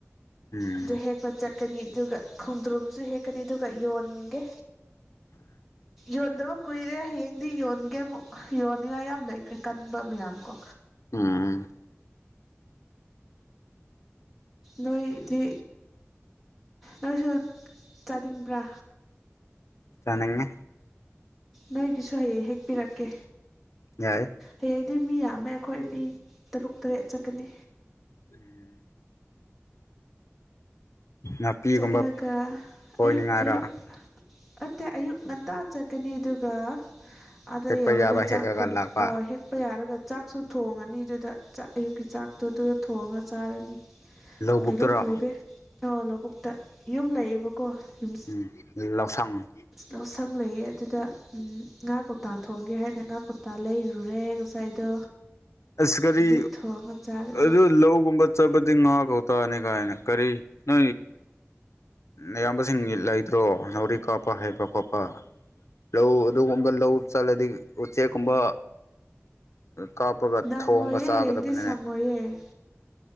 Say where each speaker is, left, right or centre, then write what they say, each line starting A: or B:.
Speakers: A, on the left (about 75°); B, in the centre.
A: ꯎꯝ
B: ꯑꯗꯨ ꯍꯦꯛꯄ ꯆꯠꯀꯅꯤ ꯑꯗꯨꯒ ꯈꯣꯡꯗ꯭ꯔꯨꯝꯁꯨ ꯍꯦꯛꯀꯅꯤ ꯑꯗꯨꯒ ꯌꯣꯟꯒꯦ ꯌꯣꯟꯗꯕ ꯀꯨꯏꯔꯦ ꯍꯌꯦꯡꯗꯤ ꯌꯣꯟꯒꯦ ꯑꯃꯨꯛ ꯌꯣꯟꯅꯤꯉꯥꯏ ꯌꯥꯝ ꯂꯩꯈ꯭ꯔꯦ ꯀꯟꯕ ꯃꯌꯥꯝ ꯀꯣ
A: ꯎꯝ
B: ꯅꯣꯏꯗꯤ ꯅꯣꯏꯁꯨ ꯆꯥꯅꯤꯡꯕ꯭ꯔꯥ
A: ꯆꯅꯤꯡꯦ
B: ꯅꯣꯏꯒꯤꯁꯨ ꯍꯌꯦꯡ ꯍꯦꯛꯄꯤꯔꯛꯀꯦ
A: ꯌꯥꯏ
B: ꯍꯌꯦꯡꯗꯤ ꯃꯤ ꯌꯥꯝꯃꯦ ꯑꯩꯈꯣꯏ ꯃꯤ ꯇꯔꯨꯛ ꯇꯔꯦꯠ ꯆꯠꯀꯅꯤ
A: ꯎꯝ ꯅꯥꯄꯤꯒꯨꯝꯕ
B: ꯆꯠꯂꯒ
A: ꯐꯣꯏꯅꯤꯡꯉꯥꯏꯔ
B: ꯑꯌꯨꯛ ꯑꯌꯨꯛ ꯑꯠꯇꯦ ꯑꯌꯨꯛ ꯉꯟꯇꯥ ꯆꯠꯀꯅꯤ ꯑꯗꯨꯒ ꯑꯗ
A: ꯍꯦꯛꯄ
B: ꯌꯧꯔꯒ
A: ꯌꯥꯕ ꯍꯦꯛꯑꯒ
B: ꯆꯥꯛꯀꯨꯝ
A: ꯂꯥꯛꯄ
B: ꯑ ꯍꯦꯛꯄ ꯌꯥꯔꯒ ꯆꯥꯛꯁꯨ ꯊꯣꯡꯉꯅꯤ ꯑꯗꯨꯗ ꯆꯥꯛ ꯑꯌꯨꯛꯀꯤ ꯆꯥꯛꯇꯨꯗꯨꯗ ꯊꯣꯡꯉꯒ ꯆꯥꯔꯅꯤ
A: ꯂꯧꯕꯨꯛꯇꯔꯣ
B: ꯀꯩꯅꯣ ꯄꯨꯒꯦ ꯑ ꯂꯧꯕꯨꯛꯇ ꯌꯨꯝ ꯂꯩꯌꯦꯕ ꯀꯣ ꯌꯨꯝ
A: ꯎꯝ ꯂꯧꯁꯪ
B: ꯂꯧꯁꯪ ꯂꯩꯌꯦ ꯑꯗꯨꯗ ꯉꯍꯥꯛ ꯀꯧꯇꯥ ꯊꯣꯡꯒꯦ ꯍꯥꯏꯗꯅ ꯀꯧꯇꯥ ꯂꯩꯔꯨꯔꯦ ꯉꯁꯥꯏꯗꯣ
A: ꯑꯁ ꯀꯔꯤ
B: ꯑꯗꯨ ꯊꯣꯡꯉ ꯆꯥꯒꯅꯤ
A: ꯑꯗꯨ ꯂꯧꯒꯨꯝꯕ ꯆꯕ ꯉꯒꯣꯇꯥ ꯑꯅꯤ ꯀꯅ ꯀꯔꯤ ꯅ ꯑꯌꯥꯝꯕꯁꯤꯡ ꯂꯩꯇ꯭ꯔꯣ ꯅꯥꯎꯔꯤ ꯀꯥꯞꯄ ꯍꯩꯕ ꯈꯣꯠꯄ ꯂꯧ ꯑꯗꯨꯒꯨꯝꯕ ꯂꯧ ꯆꯜꯂꯗꯤ ꯎꯆꯦꯛꯀꯨꯝꯕ ꯀꯥꯞꯄꯒ
B: ꯅꯪꯉꯣꯏꯌꯦ
A: ꯊꯣꯡꯒ ꯆꯥꯒꯗꯕꯅꯤꯅꯦ
B: ꯍꯌꯦꯡꯗꯤ ꯁꯪꯉꯣꯏꯌꯦ